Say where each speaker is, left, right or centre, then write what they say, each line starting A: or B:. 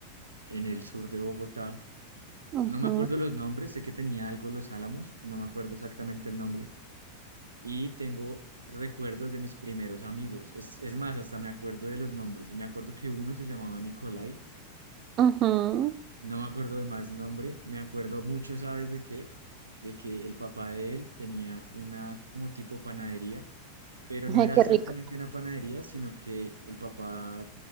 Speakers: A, on the right; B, on the right.
A: en el sur de Bogotá.
B: ujú,
A: No me acuerdo los nombres, sé que tenía algo Los Álamos, no me acuerdo exactamente el nombre y tengo recuerdos de mis primeros amigos. Es, es más, hasta me acuerdo de los nombres. Me acuerdo que uno se llamaba Nicolai,
B: ujú.
A: no me acuerdo de más nombre. Me acuerdo mucho, ¿sabes de qué? De que el papá de él tenía una como tipo panadería, pero no
B: Ay,
A: era
B: qué
A: exactamente
B: rico.
A: una panadería, sino que el papá